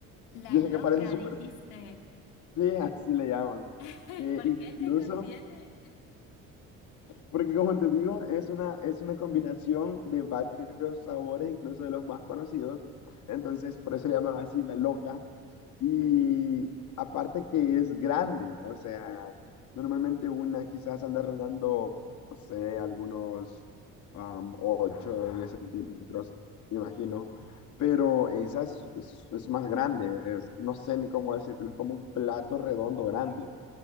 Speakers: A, on the left; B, on the left.
A: La
B: Yo
A: loca,
B: sé que parece súper
A: dijiste.
B: <laughs> sí, así le llaman.
A: <laughs>
B: Que
A: ¿Por qué?
B: incluso
A: ¿Qué contiene?
B: Porque como te digo, es una, es una combinación de varios sabores, incluso de los más conocidos. Entonces, por eso le llaman así la loca. Y
A: <laughs>
B: aparte que es grande, o sea, normalmente una quizás anda rondando, no sé, algunos am, 8 o 10 centímetros, me imagino. Pero esa es, es- es más grande, es- no sé ni cómo decirlo, es como un plato redondo grande.